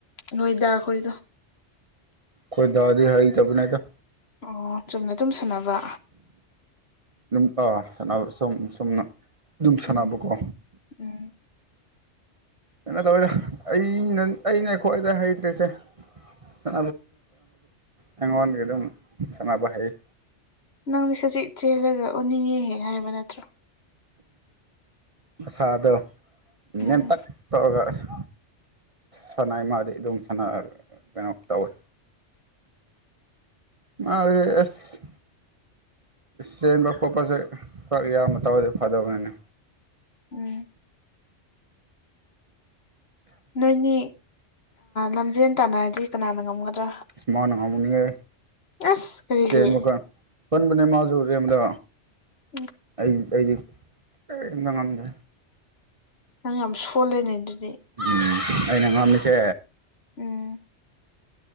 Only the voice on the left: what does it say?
ꯅꯣꯏꯗꯥ ꯈꯣꯏꯗꯣ
ꯑꯣ ꯆꯨꯝꯅ ꯗꯨꯝ ꯁꯥꯟꯅꯕ
ꯎꯝ ꯎꯝ
ꯅꯪꯗꯤ ꯍꯨꯖꯤꯛ ꯆꯦꯜꯂꯒ ꯎꯅꯤꯡꯉꯦꯍꯦꯛ ꯍꯥꯏꯕ ꯅꯠꯇ꯭ꯔꯣ
ꯎꯝ
ꯎꯝ ꯅꯣꯏꯅꯤ ꯂꯝꯖꯦꯟ ꯇꯥꯟꯅꯔꯗꯤ ꯀꯅꯥꯅ ꯉꯝꯒꯗ꯭ꯔꯥ
ꯑꯁ ꯀꯔꯤꯒꯤ
ꯎꯝ
ꯅꯪ ꯌꯥꯝ ꯁꯣꯜꯂꯦꯅꯦ ꯑꯗꯨꯗꯤ
ꯎꯝ